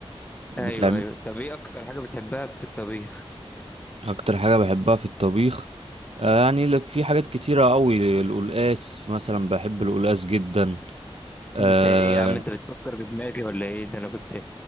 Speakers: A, on the right (about 80°); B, on the left (about 15°).
A: بتعمل
B: ايوه ايوه طب ايه اكتر حاجه بتحبها في الطبيخ
A: أكتر حاجة بحبها في الطبيخ آه، يعني ل- في حاجات كتيرة أوي القلقاس مثلا بحب القلقاس جدا آه،
B: انت ايه يا عم انت بتفكر بدماغي ولا ايه ده انا كنت